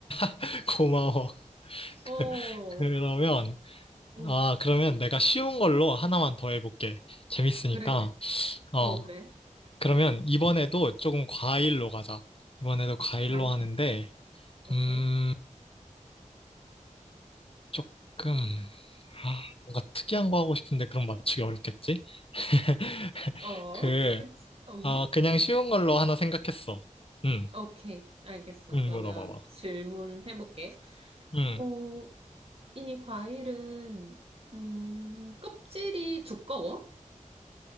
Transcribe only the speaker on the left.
<laughs> 고마워. <laughs> 그,
그러면,
아, 그러면 내가 쉬운 걸로 하나만 더 해볼게. 재밌으니까.
어,
그러면 이번에도 조금 과일로 가자. 이번에도 과일로
하는데,
음, 조금, 아, 뭔가 특이한 거 하고 싶은데 그럼 맞추기 어렵겠지? <laughs>
그,
아, 그냥 쉬운 걸로 하나 생각했어. 응,
응,
물어봐봐.
응.